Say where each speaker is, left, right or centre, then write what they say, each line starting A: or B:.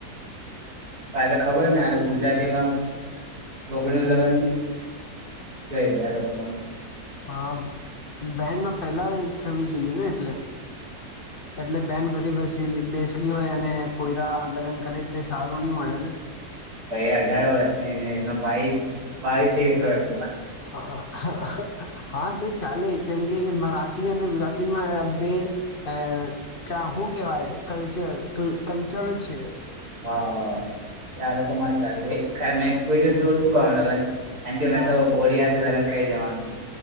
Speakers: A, on the right (about 70°); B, on the left (about 40°).
A: ક તો ખબર ને આનુ ગુ જાતિ માં છોકડી નું લગ્ન એ લોકોમા
B: હા બેનમા પેલા થવી જોઈએ ને એટલે એટલે બેન ઘરી બેસીલી બેસલી હોય અને પોયરા લગ્ન કરે તે સારું ની મળે ને
A: પણ એ અઢાર વર્ષની એનો ભાઈ બાવીસ તવીસ વર્ષ
B: હા હા હા હા તે ચાલે કેમકે એ મરાઠી અને ગુજરાતીમા બે એ કાહો હું કેવાય કલ્ચર કલ્ચર છે.
A: હા હા આ લોકો મા ચાલે કે મે પુછ્યું કે તું શું કરવાનો લગ્ન? એમ કે મેં
B: હા
A: તો ગોરી હાથે લગન કરી દેવાનો છુ.